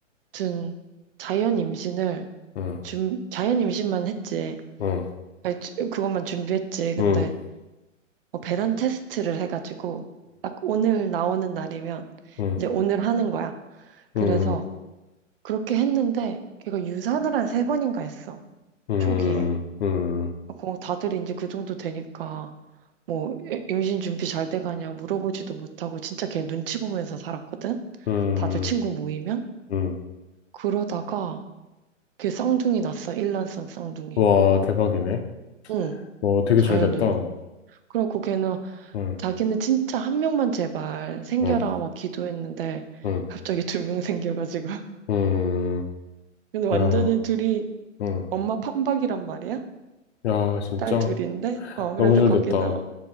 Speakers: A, on the right; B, on the left.
A: 아무튼 자연 임신을
B: 음,
A: 준 자연 임신만 했지.
B: 음,
A: 아니, 주- 그것만 준비했지. 근데
B: 음,
A: 뭐 배란 테스트를 해가지고 딱 오늘 나오는 날이면
B: 음,
A: 이제 오늘 하는 거야. 그래서
B: 음,
A: 그렇게 했는데 걔가 유산을 한 세 번인가 했어.
B: 음,
A: 초기에.
B: 음, 음,
A: 그 다들 이제 그 정도 되니까 뭐 이- 임신 준비 잘 돼가냐 물어보지도 못하고 진짜 걔 눈치 보면서 살았거든.
B: 음,
A: 다들 친구 모이면
B: 음.
A: 그러다가 걔 쌍둥이 났어. 일란성 쌍둥이.
B: 와, 대박이네.
A: 응
B: 와, 되게
A: 자연으로.
B: 잘 됐다.
A: 그리고 걔는
B: 응,
A: 자기는 진짜 한 명만 제발 생겨라
B: 응,
A: 막 기도했는데
B: 응,
A: 갑자기 두 명 생겨가지고. <laughs>
B: 응.
A: 근데 완전히
B: 야,
A: 둘이
B: 응.
A: 엄마 판박이란 말이야?
B: 야, 진짜.
A: 딸 둘인데? 어, 그래서
B: 너무 잘
A: 거기는
B: 됐다.